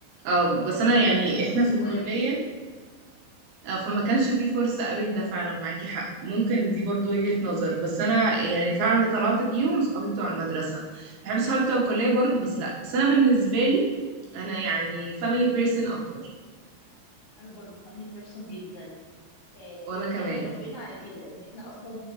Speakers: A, on the right; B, on the left.
A: اه
B: اه انما
A: بس انا
B: في
A: يعني
B: المدرسه
A: احنا
B: كنا صغيرين
A: في الكليه آه، فما كانش في فرصه قوي لده فعلا معاكي حق ممكن دي برضو وجهه نظر بس انا يعني فعلا اللي طلعت بيهم صحابي بتوع المدرسه بحب صحابي
B: اه
A: بتوع الكليه برضو بس لا بس انا بالنسبه لي انا يعني family person اكتر
B: انا برضو فاميلي بيرسون جدا آه
A: وانا
B: يعني
A: كمان
B: احنا اتربينا على كده ان احنا اصلا